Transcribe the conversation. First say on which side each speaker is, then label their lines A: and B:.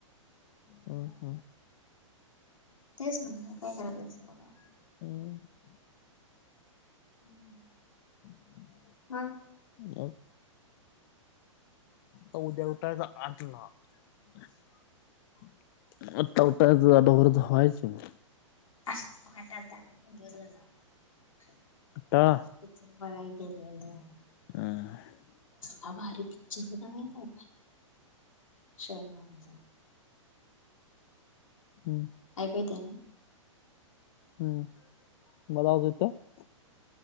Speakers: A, on the left; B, on the left.
A: हम्म
B: तेच म्हण काय करायचं बघा
A: हम्म
B: <inaudible>
A: <unintelligible>
B: मग
A: तो उद्या उठायचा आठला <unintelligible>
B: <unintelligible> पिक्चर बघाय गेलेत
A: टाळा
B: <inaudible>
A: <inaudible>
B: हा भारी पिक्चर बघायला <unintelligible> शिवाजी महाराजांचा.
A: हम्म,
B: ऐकू येतय ना
A: हम्म. माझा आवाज येतोय?